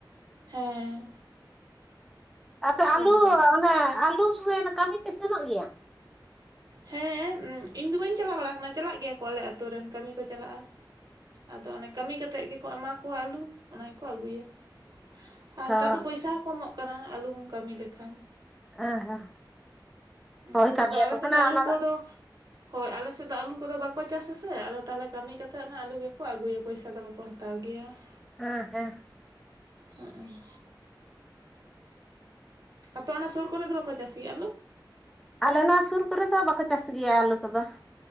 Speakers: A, on the right; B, in the centre.
A: ᱦᱮᱸ
B: ᱟᱯᱮ ᱟᱞᱩ
A: ᱨᱚᱦᱚᱭᱟᱠᱚ
B: ᱚᱱᱮ ᱟᱞᱩ ᱥᱚᱢᱚᱭ ᱠᱟᱹᱢᱤ ᱯᱮ ᱥᱮᱱᱚᱜ ᱜᱮᱭᱟ?
A: ᱦᱮᱸ ᱤᱧ ᱫᱚ ᱵᱟᱹᱧ ᱪᱟᱞᱟᱣ ᱵᱟᱲᱟ ᱟᱠᱟᱱᱟ ᱪᱟᱞᱟᱜ ᱜᱮᱭᱟ ᱠᱚ ᱟᱞᱮ ᱟᱛᱳ ᱨᱮᱱ ᱠᱟᱹᱢᱤ ᱠᱚ ᱪᱟᱞᱟᱜᱼᱟ ᱾ ᱟᱫᱚ ᱚᱱᱮ ᱠᱟᱹᱢᱤ ᱠᱟᱛᱮᱜ ᱜᱮᱠᱚ ᱮᱢᱟ ᱠᱚᱣᱟ ᱟᱞᱩ ᱚᱱᱟ ᱜᱮᱠᱚ ᱟᱹᱜᱩᱭᱟ ᱾ ᱟᱨ
B: ᱦᱳᱭ
A: ᱦᱮᱛᱟᱨ ᱫᱚ ᱯᱚᱭᱥᱟ ᱦᱚᱸᱠᱚ ᱮᱢᱚᱜ ᱠᱟᱱᱟ ᱟᱞᱩᱢ ᱠᱟᱹᱢᱤ ᱞᱮᱠᱷᱟᱱ ᱾
B: ᱮᱜ ᱦᱮᱸ
A: ᱦᱩᱸ
B: ᱦᱳᱭ ᱠᱟᱹᱢᱤᱭᱟᱠᱚ
A: ᱟᱫᱚ ᱟᱞᱮ ᱥᱮᱫ
B: ᱠᱟᱱᱟ
A: ᱫᱚ ᱟᱞᱩ
B: ᱚᱱᱟ
A: ᱠᱚᱫᱚ ᱦᱳᱭ ᱟᱞᱮ ᱥᱮᱫ ᱫᱚ ᱟᱹᱞᱩ ᱠᱚᱫᱚ ᱵᱟᱠᱚ ᱪᱟᱥᱟ ᱥᱮ ᱟᱫᱚ ᱛᱟᱦᱚᱞᱮ ᱠᱟᱹᱢᱤ ᱠᱟᱛᱮᱫ ᱚᱱᱟ ᱟᱞᱩ ᱜᱮᱠᱚ ᱟᱹᱜᱩᱭᱟ ᱯᱚᱭᱥᱟ ᱫᱚ ᱵᱟᱠᱚ ᱦᱟᱛᱟ ᱛᱟᱣ ᱜᱮᱭᱟ ᱾
B: ᱟᱸ ᱦᱮᱸ
A: ᱦᱩᱸ ᱟᱯᱮ ᱚᱱᱟ ᱥᱳᱨ ᱠᱚᱨᱮᱫ ᱵᱟᱠᱚ ᱪᱟᱥ ᱜᱮᱭᱟ ᱟᱹᱞᱩ?
B: ᱟᱞᱮ ᱱᱚᱣᱟ ᱥᱩᱨ ᱠᱚᱨᱮ ᱫᱚ ᱵᱟᱠᱚ ᱪᱟᱥ ᱜᱮᱭᱟ ᱟᱞᱩ ᱠᱚᱫᱚ ᱾